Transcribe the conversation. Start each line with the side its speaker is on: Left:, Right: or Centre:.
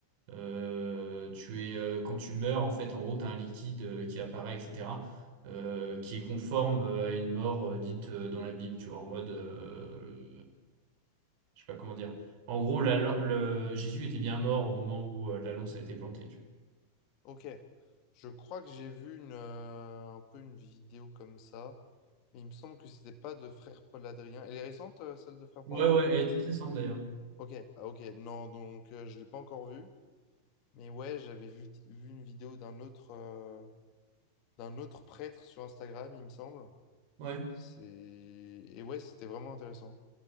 Right: euh, tu es, euh, quand tu meurs, en fait, en gros, tu as un liquide euh, qui apparaît, etc., euh, qui est conforme euh, à une mort euh, dite euh, dans la Bible, tu vois, en mode, euh, je sais pas comment dire. En gros, la lan- le, Jésus était bien mort au moment où euh, la lance a été plantée. tu vois.
Left: Ok, je crois que j'ai vu une, euh, un peu une vidéo comme ça, mais il me semble que c'était pas de Frère Paul Adrien. Elle est récente, euh, celle de Frère
Right: Ouais,
Left: Paul
Right: ouais,
Left: euh, Paul
Right: elle est
Left: Adrien?
Right: toute récente d'ailleurs.
Left: Ok, ah, ok, non, donc euh, je l'ai pas encore vue, mais ouais, j'avais vu, vu une vidéo d'un autre. euh, d'un autre prêtre sur Instagram, il me semble.
Right: Ouais,
Left: C'est... Et ouais, c'était vraiment intéressant.